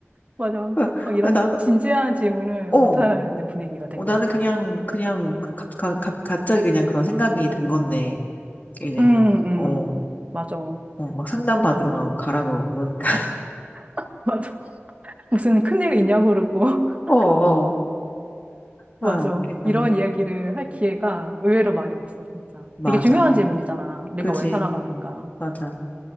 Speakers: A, on the right; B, on the left.
A: 맞아.
B: <laughs>
A: 막 이런
B: 나는,
A: 진지한 질문을
B: 어.
A: 못하는 분위기가 된
B: 어,
A: 것
B: 나는
A: 같아.
B: 그냥, 그냥, 갑, 갑, 갑- 갑자기 그냥 그런 생각이 든 건데, 이제,
A: 음,
B: 어,
A: 음. 맞아.
B: 어, 막 상담 받으러
A: 약간,
B: 가고, 가라고 그러니까. <laughs>
A: <laughs> 맞아. 무슨 큰일 있냐고 그러고. <laughs>
B: 어, 어. 아,
A: 맞아.
B: 웃기다.
A: 이런 이야기를 할 기회가 의외로 많이 없어, 진짜.
B: 맞아.
A: 되게 중요한 질문이잖아. 우리가
B: 그지,
A: 왜 살아가는가.
B: 맞아.